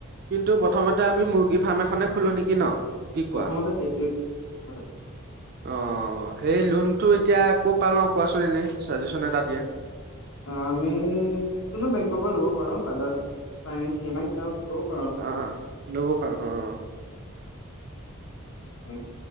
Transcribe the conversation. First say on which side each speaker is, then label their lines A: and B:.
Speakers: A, on the right; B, on the left.
A: কিন্তু প্ৰথমতে আমি মুৰ্গী ফাৰ্ম এখনে খোলো নেকি ন কি
B: প্ৰথমতে
A: কোৱা
B: সেইটোৱে ভাল।
A: অ। সেই লোনতটো এতিয়া একো পালওঁ কোৱাচোন এনেই চাজেচন এটা দিয়া
B: আমি কোনো বেং পৰা লব পাৰো বাজাজ ফাইনেনচ
A: আহ লব পাৰো অ।
B: উম।